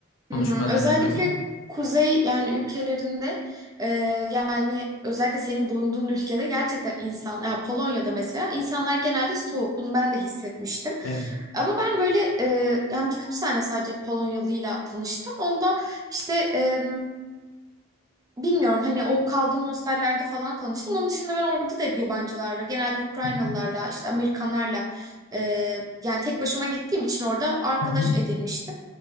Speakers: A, on the left; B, on the right.
A: konuşmalarımız.
B: Hı hı. Özellikle kuzey yani ülkelerinde e, yani özellikle senin bulunduğun ülkede gerçekten insan ya Polonya'da mesela insanlar genelde soğuk. Bunu ben de hissetmiştim.
A: Evet.
B: Ama ben böyle e, yani birkaç tane sadece Polonyalıyla tanıştım. Onda işte e, bilmiyorum hani o kaldığım hostellerde falan tanıştım. Onun dışında ben orada da hep yabancılarla genelde Ukraynalılarla
A: Hı hı.
B: işte Amerikanlarla e, yani tek başıma gittiğim için orada arkadaş
A: Hı hı.
B: edinmiştim.